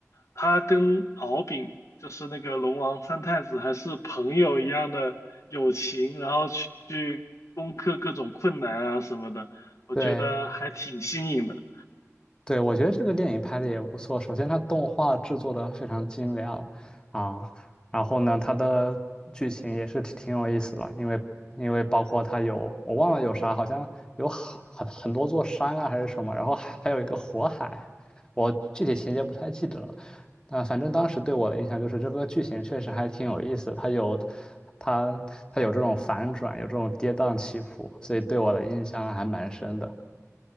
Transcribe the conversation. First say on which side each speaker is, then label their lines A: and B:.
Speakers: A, on the left (about 65°); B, on the left (about 15°).
A: 它跟敖丙就是那个龙王三太子还是朋友一样的友情，然后去去攻克各种困难啊什么的，我觉得还挺新颖的。
B: 对，对，我觉得这个电影拍的也不错。首先，它动画制作的非常精良啊，然后呢，它的剧情也是挺挺有意思的，因为因为包括它有我忘了有啥，好像有很很很多座山啊还是什么，然后还还有一个火海，我具体情节不太记得了。啊，反正当时对我的印象就是这个剧情确实还挺有意思的，它有它它有这种反转，有这种跌宕起伏，所以对我的印象还蛮深的。